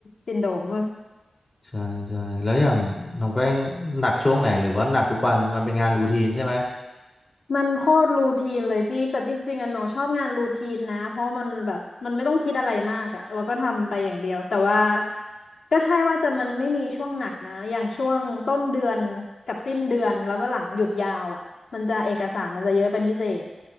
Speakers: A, on the left; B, on the left.
A: ซินโดม
B: ใช่ใช่แล้วอย่างน้องแป้งหนักช่วงไหนหรือว่าหนักทุกวันมันเป็นงานรูทีนใช่ไหม
A: มันโคตรรูทีนเลยพี่แต่จริงๆอะหนูชอบงานรูทีนนะเพราะมันแบบมันไม่ต้องคิดอะไรมากอะเราก็ทำไปอย่างเดียวแต่ว่าก็ใช่ว่าจะมันไม่มีช่วงหนักนะอย่างช่วงต้นเดือนกับสิ้นเดือนแล้วก็หลังหยุดยาวอะมันจะเอกสารมันจะเยอะเป็นพิเศษ